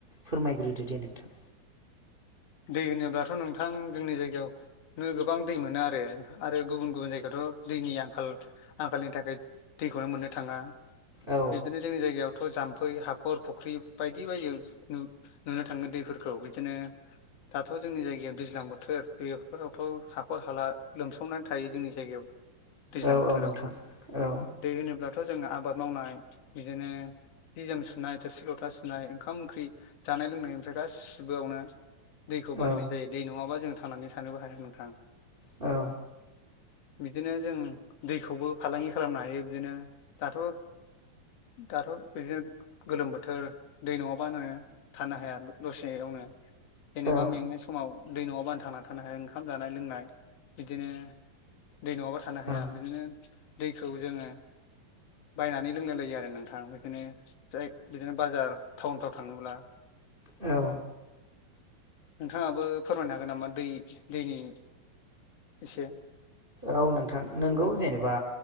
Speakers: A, on the right; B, on the left.
A: फोरमायग्रोदो दे नोंथां
B: दै होनोब्लाथ' नोंथां जोंनि जायगायावनो गोबां दै मोनो आरो आरो गुबुन गुबुन जायगायावथ' दै नि आंखाल आंखालनि थाखाय दैखौहाय मोननो थाङा
A: औ
B: बिदिनो जोंनि जायगायाव थ' जामफै हाखर फुख्रि बायदि बायदियाव नुनो थाङो दैफोरखौ बिदिनो दाथ' जोंनि जायगायाव दैज्लां बोथोर बेफोरावथ' हाखर हाला लोमसावनानै थायो जोंनि जायगायाव दैज्लां
A: औ
B: बोथोराव
A: औ नोंथां औ
B: दै होनोब्लाथ' जोङो आबाद मावनाय बिदिनो जि जोम सुनाय थोरसि लथा सुनाय ओंखाम ओंख्रि जानाय लोंनायनिफ्राय गासिबोयावनो दैखौ बाहायनाय
A: औ
B: जायो दै नङाबा जों थांनानै थानोबो हाया नोंथां
A: औ
B: बिदिनो जों दैखौबो फालांगि खालामनो हायो बिदिनो दाथ' दाथ' बिदिनो गोलोम बोथोर दै नङाबानो थानो हाया दसे नो जेनेबा
A: औ
B: मेंनाय समाव दै नङाबानो थांना थानो हाया ओंखाम जानाय लोंनाय बिदिनो दै नङाबा थानो हाया
A: औ
B: बिदिनो दैखौ जोङो बायनानै लोंलायलायो आरो नोंथां बिदिनो जाय बिदिनो बाजार टाउनफ्राव थाङोब्ला
A: औ
B: नोंथाङाबो फोरमायनो हागोन नामा दै दैनि एसे
A: औ नोंथां नोंगौ जेनेबा